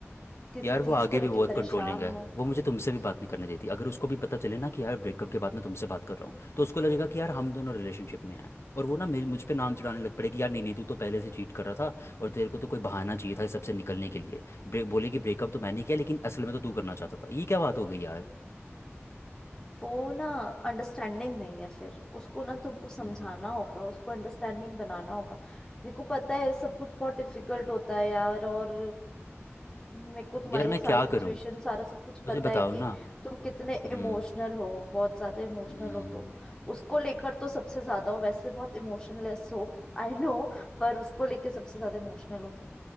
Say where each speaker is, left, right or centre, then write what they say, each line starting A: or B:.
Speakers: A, on the left; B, on the left.
A: किसी
B: यार
A: चीज
B: वो आगे
A: को लेके
B: भी बहुत
A: परेशान
B: कंट्रोलिंग है
A: हो
B: वो मुझे तुमसे भी बात नहीं करने देती अगर उसको भी पता चले ना कि यार ब्रेकअप के बाद मैं तुमसे बात कर रहा हूँ तो उसको लगेगा कि यार हम दोनों रिलेशनशिप में हैं और वो ना मे- मुझ पे नाम चढ़ाने लग पड़ेगी यार नहीं नहीं तू तो पहले से चीट कर रहा था और तेरे को तो कोई बहाना चाहिए था इस सबसे निकलने के लिए ब्रेक बोले कि ब्रेकअप तो मैंने किया लेकिन असल में तो तू करना चाहता था ये क्या बात हो गई यार
A: वो ना अंडरस्टैंडिंग नहीं है फिर उसको ना तुमको समझाना
B: हम्म,
A: होगा उसको अंडरस्टैंडिंग बनाना होगा मेरे को पता है सब कुछ बहुत डिफिकल्ट होता है यार और मेरे को तुम्हारी
B: यार मैं
A: सारी
B: क्या
A: सिचुएशन
B: करूँ
A: सारा सब कुछ
B: मुझे
A: पता
B: बताओ
A: है कि
B: ना
A: तुम कितने
B: हम्म
A: इमोशनल हो बहुत ज्यादा इमोशनल
B: हम्म
A: हो तुम उसको लेकर तो सबसे ज्यादा हो वैसे बहुत इमोशनलेस हो आई नो पर उसको लेके सबसे ज्यादा इमोशनल हो तुम